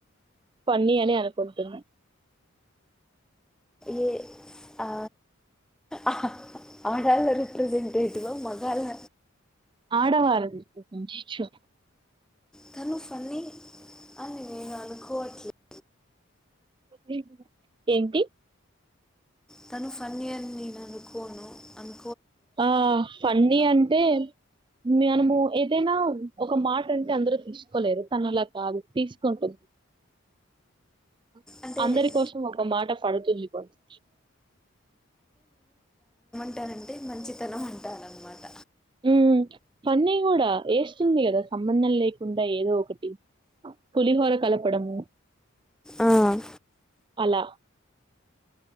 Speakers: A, on the right; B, in the centre.
A: పన్నియనే అనుకుంటున్న
B: ఎ ఆ అహ్ ఆడల్ల రెప్రజెంటేటివ్ ఆ మగ్ గాళ్ళ
A: ఆడవాళ్ళ చిచో
B: తను ఫన్ని అని నేనమనుకోవట్లేదు
A: హి ఏంటి
B: తను ఫన్ని అని నేను అనుకోను అట్
A: ఆ ఫన్నీ అంటే మ్యానము ఏదైనా ఒక మాట అంటే అందరు తీసుకోలేరు తను అలా కాదు తీసుకుంటుంది బ్లాంక్
B: అంటే
A: అందరి కోసం ఒక మాట పడుతుంది కూడా బ్లాంక్
B: ఉంటానంటే మంచితనం అంటరానమాట
A: ఉమ్ పన్నీ కూడా ఎస్తుంది కదా సంబంధం లేకుండా ఏదో ఒకటి పులిహోర కలపడము
B: ఆ
A: అలా